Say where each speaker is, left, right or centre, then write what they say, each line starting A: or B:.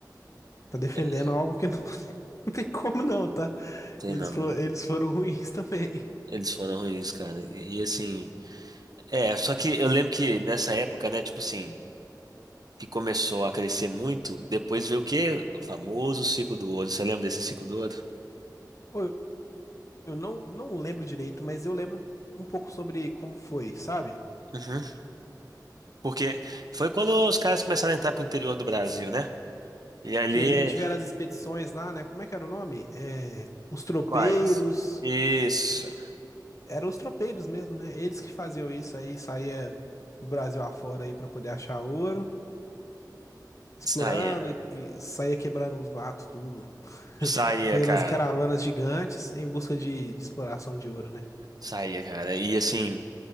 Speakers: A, on the left (about 45°); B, on the right (about 60°).
A: tá defendendo
B: <laughs>
A: algo que não, <laughs> não tem como não, tá?
B: Tem
A: Eles
B: não.
A: foram, eles foram ruins <laughs> também.
B: Eles foram ruins, cara. E, e, assim, é, só que eu lembro que nessa época, né, tipo assim, que começou a crescer muito, depois veio o quê? O famoso ciclo do ouro. Você lembra desse ciclo do ouro?
A: Ô, Eu não, não lembro direito, mas eu lembro um pouco sobre como foi, sabe?
B: Uhum. Porque foi quando os caras começaram a entrar pro interior do Brasil, né? E ali,
A: Que aí tiveram as expedições lá, né? Como é que era o nome? É, os tropeiros.
B: quais? Isso.
A: Eram os tropeiros mesmo, né? Eles que faziam isso aí, saía pro Brasil afora aí pra poder achar ouro, explorando
B: Saía.
A: e, e saía quebrando os matos, tudo.
B: Saía,
A: <laughs> Fazendo
B: cara.
A: as caravanas gigantes em busca de, de exploração de ouro, né?
B: Saía, cara. E assim,